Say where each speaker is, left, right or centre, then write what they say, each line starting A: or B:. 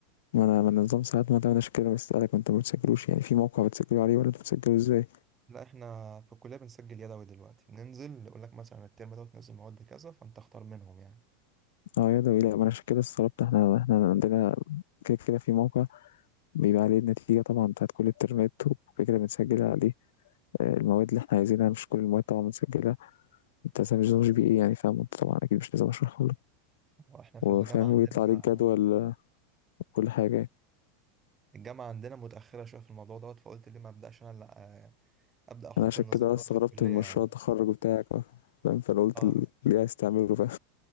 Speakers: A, on the left (about 85°); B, on the right (about 20°).
A: ما أنا ما أنا نظام ساعات ما ده أنا عشان كده بسألك وانتوا ما بتسجلوش يعني في موقع بتسجلوا عليه ولا انتوا بتسجلوا ازاي؟
B: لا إحنا في الكلية بنسجل يدوي دلوقتي بننزل يقول لك مثلا الترم ده وتنزل مواد كذا فأنت اختار منهم يعني
A: اه يدوي لا ما انا عشان كده استغربت احنا احنا عندنا كده كده في موقع بيبقى عليه النتيجة طبعا بتاعت كل الترمات وكده كده بنسجل عليه آه، المواد اللي احنا عايزينها مش كل المواد طبعا بنسجلها انت مثلا مش نظام جي بي اي يعني فاهم انت طبعا اكيد مش لازم اشرحه لك
B: وإحنا في
A: وفاهم
B: الجامعة
A: ويطلع
B: عندنا
A: عليك جدول كل حاجة يعني
B: الجامعة عندنا متأخرة شوية في الموضوع دوت فقلت ليه ما أبدأش أنا لا آه، أبدأ أحط
A: انا عشان
B: النظام
A: كده
B: دوت
A: استغربت
B: في الكلية
A: من مشروع
B: يعني
A: التخرج بتاعك آه، فاهم فانا قلت
B: أه
A: ال-
B: فت-
A: ليه عايز تعمله فاهم